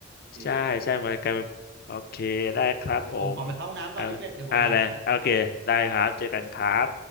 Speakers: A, on the right (about 60°); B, on the left (about 50°).
A: เค
B: ใช่ใช่มันกลายเป็นโอเคได้ครับผม
A: เดี๋ยวผมขอไปเข้าห้องน้ำก่อนพี่เป็ดเดี๋ยวผมมา
B: เอาอะไรโอเคได้ครับเจอกันครับ